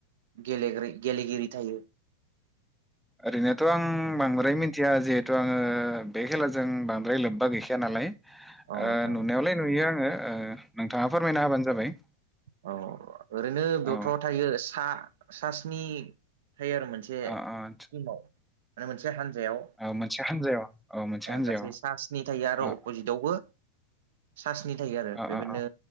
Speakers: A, on the right (about 55°); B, in the centre.
A: गेलगिरि गेलेगिरि थायो?
B: ओरैनोथ' आं बांद्राय मिथिया जथिया जिहेथु आंङो बे खेलाजों बांद्राय लोब्बा गैखाया नालाय
A: औ नोंथां
B: नुनायावलाय नुयो आंङो ओ नोंथांङा फोरमायना होबानो जाबाय।
A: औ ओरैनोथ
B: औ
A: थायो सा स्नि थायो आरो मोनसे
B: अ
A: मोनसे
B: आदसा
A: टिमाव माने मोनसे हानजायाव।
B: औ मोनसे हानजायाव औ मोनसे हानजायाव
A: गासैय सा स्नि थायो आरो
B: अ
A: अपजित बेवबो सा स्नि थायो आरो
B: अ
A: बेबायदिनो
B: अ अ